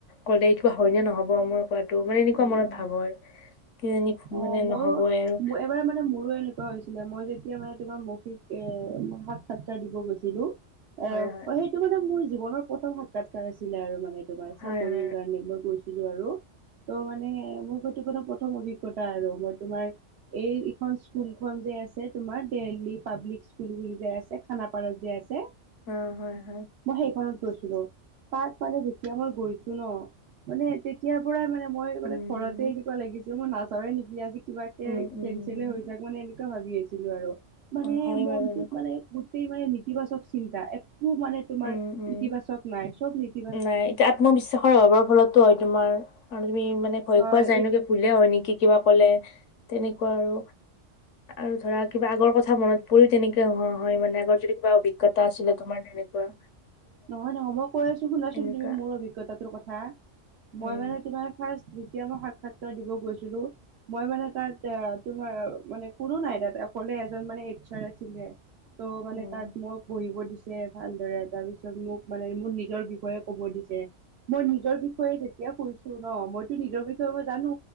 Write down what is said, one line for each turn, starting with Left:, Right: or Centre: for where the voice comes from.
Left: ক'লে এইটো হয়নে নহ'ব মোৰ। টো মানে এনেকুৱা
Right: উম
Left: মনত ভাব হয়। কিজানি
Right: অ',
Left: মানে
Right: ময়ো,
Left: নহ'বই আৰু
Right: এবাৰ মানে মোৰো এনেকুৱা হৈছিলে, মই যেতিয়া মানে তোমাৰ মৌখিক এই সাক্ষাৎকাৰ দিব গৈছিলোঁ, এ
Left: হয় হয়
Right: সেইটো মানে মোৰ জীৱনৰ প্ৰথম সাক্ষাৎকাৰ আছিলে আৰু মানে তোমাৰ,
Left: হয়
Right: চাকৰিৰ
Left: হয়
Right: কাৰণে তোমাৰ গৈছিলোঁ আৰু। ত' মানে মোৰ হয়তো প্ৰথম অভিজ্ঞতা আৰু, মই তোমাৰ এই-এইখন স্কুলখনযে আছে তোমাৰ, দেলহি পাব্লিক স্কুল বুলি যাই আছে, খানাপাৰাত যে আছে।
Left: অ হয় হয়
Right: মই সেইখনত গৈছিলোঁ, তাত মানে যেতিয়া মই গৈছোঁ ন', মানে তেতিয়াৰ পৰাই মানে মই মানে
Left: উম
Right: ঘৰতেই এনেকুৱা লাগিছে, মই নাযাওঁ নেকি আজি কিবাকে
Left: উম উম
Right: কেনচলেই হৈ যাওঁক, মানে এনেকুৱা ভাবি আছিলোঁ আৰু, মানে
Left: অ হয়
Right: মনটোত
Left: বাৰু এনেকুৱা
Right: মানে গোটেই মানে নেতিবাচক চিন্তা। একো মানে তোমাৰ
Left: উম উম
Right: ইতিবাচক নাই, চব নেতি
Left: নাই, এতিয়া আত্মবিশ্বাসৰ অভাৱৰ ফলতো হয় তোমাৰ। তুমি মানে ভয়
Right: হয়
Left: খোৱা যায়
Right: এই
Left: ন', ভুলে হয় নেকি? কিবা ক'লে, তেনেকুৱা আৰু। আৰু ধৰা কিবা আগৰ কথা মনত পৰিও তেনেকে হোৱা হয় মানে, আগৰ যদি কিবা অভিজ্ঞতা আছিলে তোমাৰ তেনে কোৱা
Right: নহয় নহয় মই কৈ আছোঁ, শুনাচোন,
Left: এনেকুৱা
Right: তুমি মোৰ অভিজ্ঞতাটোৰ কথা,
Left: উম
Right: মই মানে তোমাৰ ফাৰ্ষ্ট যেতিয়া মই সাক্ষাৎকাৰ দিব গৈছিলোঁ, মই মানে তাত তোমাৰ মানে কোনো নাই তাত অকলে এজন মানে এইচ আৰ আছিলে, ত' মানে
Left: উম
Right: তাত মোক বঢ়িব দিছে ভালদৰে, তাৰপিছত মোক মানে মোৰ নিজৰ বিষয়ে ক'ব দিছে, মই নিজৰ বিষয়ে যেতিয়া কৈছোঁ ন', মইতো নিজৰ বিষয়ে মই জানো,